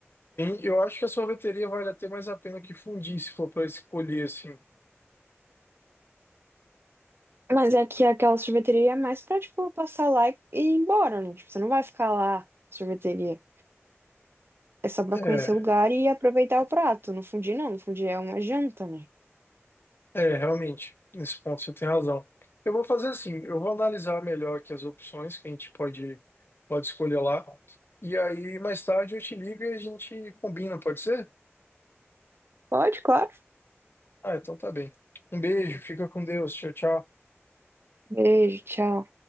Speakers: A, on the left; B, on the right.
A: eu acho que a sorveteria vale até mais a pena que fundir, se for para escolher assim.
B: Mas é que aquela sorveteria é mais pra, tipo, passar lá e e ir embora, né? Tipo, você não vai ficar lá na sorveteria. É só pra
A: É.
B: conhecer o lugar e aproveitar o prato. No fundir não, no fundir é uma janta, né?
A: É, realmente, nesse ponto você tem razão. Eu vou fazer assim, eu vou analisar melhor aqui as opções que a gente pode, pode escolher lá. E aí, mais tarde, eu te ligo e a gente combina, pode ser?
B: Pode, claro.
A: Ah, então tá bem. Um beijo, fica com Deus, tchau, tchau.
B: Beijo, tchau.